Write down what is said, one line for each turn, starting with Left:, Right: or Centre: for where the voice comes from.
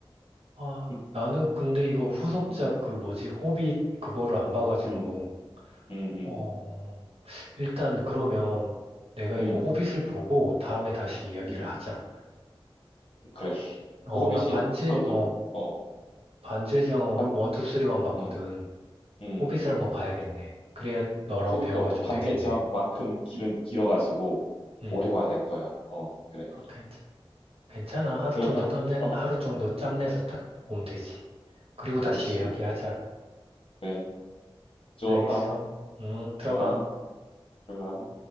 Right: 아,
Left: 음,
Right: 나는 근데 이거 후속작
Left: 음,
Right: 그 뭐지, 호빗 그거를 안 봐가지고,
Left: 음, 음, 음.
Right: 어, 일단 그러면 내가
Left: 음.
Right: 이거 호빗을 보고 다음에 다시 이야기를
Left: 음,
Right: 하자.
Left: 그래.
Right: 어,
Left: 그 호빗이
Right: 난 반지,
Left: 그것도
Right: 어,
Left: 어,
Right: 반지의 제왕
Left: 반,
Right: 1, 2, 3만 봤거든.
Left: 음, 음,
Right: 호빗을 한번 봐야겠네. 그래야 너랑
Left: 그 호빗도
Right: 대화가 좀
Left: 반지의
Right: 되겠네.
Left: 제왕만큼 길은 길어가지고
Right: 응.
Left: 오래 봐야 될 거야. 어, 그래.
Right: 어, 괜찮, 괜찮아. 하루
Left: 들어가.
Right: 정도 짬내,
Left: <laughs> 어,
Right: 하루 정도 짬내서
Left: 음,
Right: 딱 보면 되지. 그리고 다시
Left: 그치.
Right: 이야기하자.
Left: 그래. 죽었다.
Right: 알겠어? 응, 들어가.
Left: 어, 들어가.